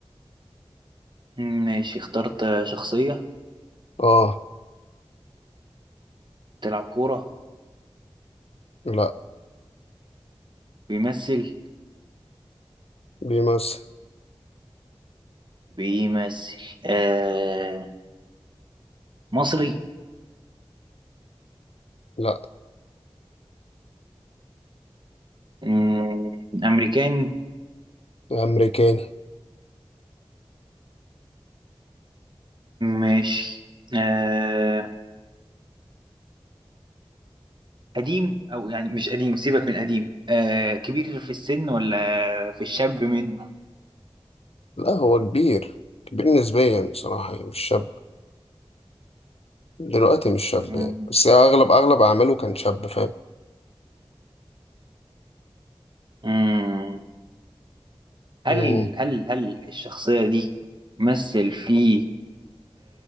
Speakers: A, on the right (about 50°); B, on the left (about 75°).
A: ماشي اخترت شخصية
B: آه
A: تلعب كورة
B: لا
A: بيمثل
B: بيمثل
A: بيمثل آه مصري
B: لا
A: مم، أمريكاني
B: أمريكاني
A: ماشي آه قديم أو يعني مش قديم سيبك من قديم آه كبير في السن ولا في الشاب منه
B: لا هو كبير كبير نسبيا بصراحة يعني مش شاب دلوقتي مش شاب
A: مم.
B: يعني بس أغلب أغلب أعماله كان شاب فاهم
A: مم. هل
B: مم.
A: ال- هل هل الشخصية دي مثل في